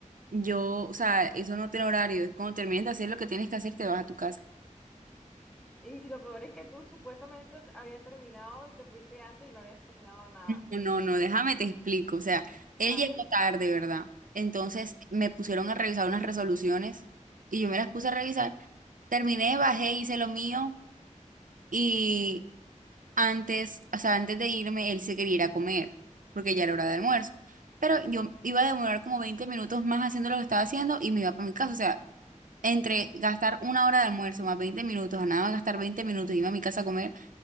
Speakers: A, on the right; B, in the centre.
A: Yo, o sea, eso no tiene horario, es cuando termines de hacer lo que tienes que hacer, te vas a tu casa.
B: Y lo peor es que tú supuestamente te- habías terminado y te fuiste antes y no habías terminado nada.
A: No, no, no, déjame te explico, o sea, él
B: A
A: llegó
B: ver,
A: tarde, ¿verdad? Entonces me pusieron a revisar unas resoluciones y yo me las puse a revisar. Terminé, bajé, hice lo mío. Y antes, o sea, antes de irme, él se quería ir a comer, porque ya era hora de almuerzo. Pero yo iba a demorar como 20 minutos más haciendo lo que estaba haciendo y me iba para mi casa. O sea, entre gastar una hora de almuerzo más 20 minutos, a nada más gastar 20 minutos y irme a mi casa a comer,